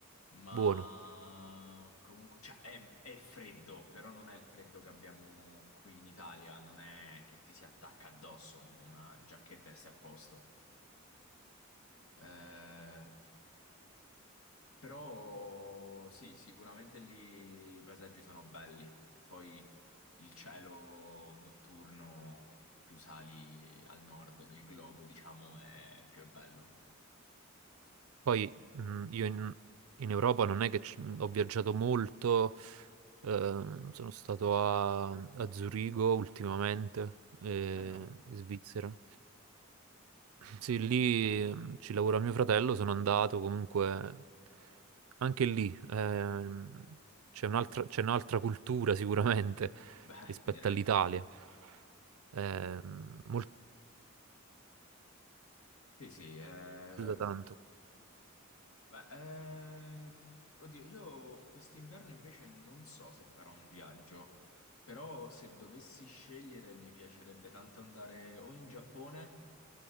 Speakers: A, on the left; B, on the right.
A: ma
B: buono.
A: comunque, cioè è, è freddo, però non è il freddo che abbiamo qui in Italia, non è che ti si attacca addosso una giacchetta e sei a posto. Eh, Però sì, sicuramente lì i paesaggi sono belli. Poi il cielo notturno, più sali al nord del globo, diciamo, è più è bello.
B: Poi mh, io in, in Europa non è che ci- ho viaggiato molto, ehm, sono stato a, a Zurigo ultimamente, eh,
A: Bello?
B: in Svizzera. Sì, lì mh, ci lavora mio fratello, sono andato comunque anche lì. ehm, c'è un'altra c'è un'altra cultura sicuramente
A: Beh,
B: rispetto
A: <laughs> direi.
B: all'Italia. Ehm, molto
A: Sì, sì. eh,
B: più da tanto.
A: beh, eh, oddio, io quest'inverno invece non so se farò un viaggio, però se dovessi scegliere mi piacerebbe tanto andare o in Giappone.